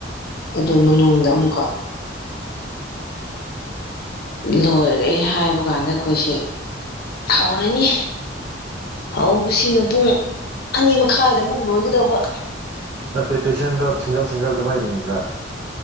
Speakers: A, on the left; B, on the right.
A: ꯑꯗꯨ
B: ꯎꯝ
A: ꯃꯅꯨꯡꯗ ꯑꯃꯨꯛꯀꯥ ꯂꯣꯏꯔꯦ ꯍꯥꯏꯕ ꯀꯥꯟꯗ ꯑꯩꯈꯣꯏꯁꯦ ꯍꯧꯎꯔꯅꯤ ꯍꯧꯕꯁꯤꯅ ꯄꯨꯡ ꯑꯅꯤ ꯃꯈꯥꯏꯗ ꯑꯃꯨꯛ ꯂꯣꯏꯒꯗꯧꯕ
B: ꯅꯠꯇꯦ ꯄꯦꯁꯦꯟꯗꯣ ꯁꯤꯡꯒꯜ ꯁꯤꯡꯒꯜꯗꯨꯃꯥꯏ ꯌꯦꯡꯕ꯭ꯔꯥ